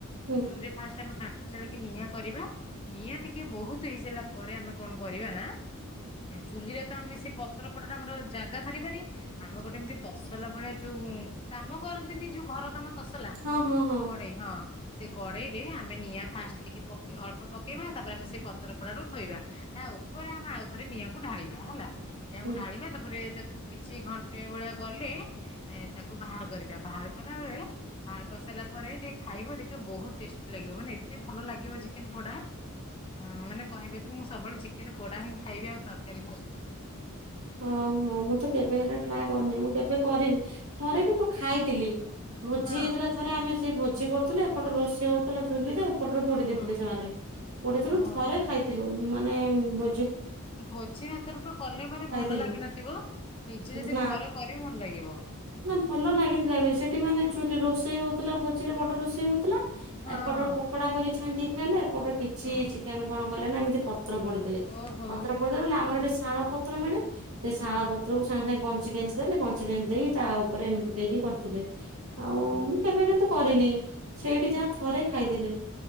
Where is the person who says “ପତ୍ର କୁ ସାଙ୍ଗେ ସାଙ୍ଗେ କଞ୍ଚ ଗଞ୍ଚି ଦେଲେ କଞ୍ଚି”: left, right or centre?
Right